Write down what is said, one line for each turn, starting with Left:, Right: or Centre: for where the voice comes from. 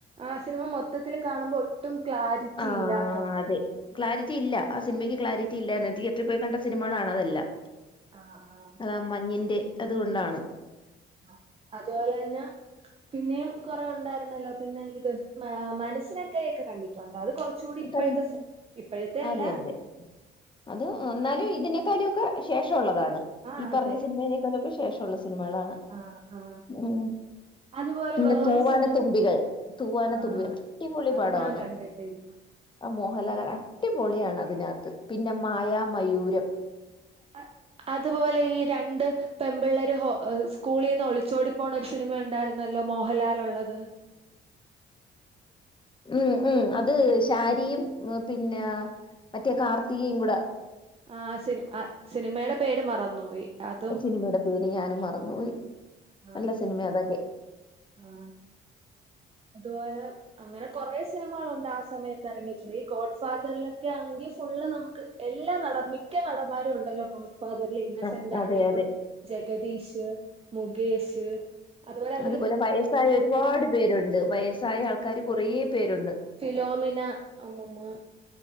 Right: ആ സിനിമ മൊത്തത്തില് കാണുമ്പോ ഒട്ടും ക്ലാരിറ്റി
Left: ആ
Right: ഇല്ലാത്ത
Left: അതെ ക്ലാരിറ്റിയില്ല ആ സിനിമയ്ക്ക് ക്ലാരിറ്റിയില്ലായിരുന്ന് തീയേറ്ററി പോയി കണ്ട സിനിമകളാണതെല്ലാം
Right: ആഹ് ആഹ്
Left: അതാ മഞ്ഞിന്റെ അതുകൊണ്ടാണ്
Right: ആ അതുപോലെന്നെ പിന്നെയും കുറെ ഉണ്ടായിരുന്നല്ലോ പിന്നെ ഇത് മാ മനസ്സിനക്കരെയൊക്കെ കണ്ടിടുണ്ടൊ അത് കുറച്ചുകൂടി ഇപ്പോഴത്തെ
Left: കണ്ട്
Right: സെ ഇപ്പോഴത്തെ അല്ല
Left: അതെ അതെ അത് എന്നാലും ഇതിനെ കലിയൊക്കെ ശേഷം ഒള്ളതാണ്
Right: ആ
Left: ത് ഈ പറ്ഞ്ഞ
Right: അതെ
Left: സിനിമയിലേക്കത് വിശേഷ ഒള്ള സിനിമളാണ്
Right: ആ ആ
Left: ഉം
Right: അതുപോലെ
Left: പിന്നെ
Right: വേറൊരു
Left: തൂവാന
Right: സിനിമ
Left: തുമ്പികൾ തൂവാന
Right: ആ
Left: തുമ്പികൾ അടിപൊളി
Right: അത്
Left: പടവാണ്
Right: ഞാൻ കണ്ടിട്ടില്ല
Left: ആ മോഹൻലാലാ അടിപൊളിയാണതിനാത്ത് പിന്നെ മായാമയൂരം
Right: ആ അതുപോലെ ഈ രണ്ട് പെമ്പിള്ളേര് ഹോ ഏഹ് സ്കൂളീന്ന് ഒളി ച്ചോടി പോണ ഒരു സിനിമ ഒണ്ടായിരുന്നല്ലോ മോഹൻലാലുള്ളത്
Left: ഉം ഉം അത് ശാരിയും പിന്നെ മറ്റേ കാർത്തികയും കുടെ
Right: ആ സിനിം അ സിനിമേടെ പേര് മറന്ന് പോയി അതും
Left: ആ സിനിമയുടെ പേര് ഞാനും മറന്ന് പോയി
Right: ആ
Left: നല്ല സിനിമയാ അതോക്കെ
Right: ആ അതുപോലെ അങ്ങനെ കൊറേ സിനിമ കളൊണ്ട് ആസ് <unintelligible> ഗോഡ് ഫാദറിലോക്കെ ആണെങ്കില് ഫുള്ള് നമുക്ക് എല്ലാ നടം മിക്ക നടം മാരും ഉണ്ടല്ലോ കോ ഫാദർല് ഇന്നസെന്റാ
Left: ആ, അതെ
Right: ആണേലും
Left: അതെ
Right: ജഗദീഷ് മു കേഷ് അത് പോലോ
Left: ത് പോലെ വയസ്സായ ഒരുപാട് പേരുണ്ട് വയ സ്സായ ആൾക്കാര് കുറേ പേരുണ്ട്
Right: ഫിലോമിന അമ്മൂമ്മ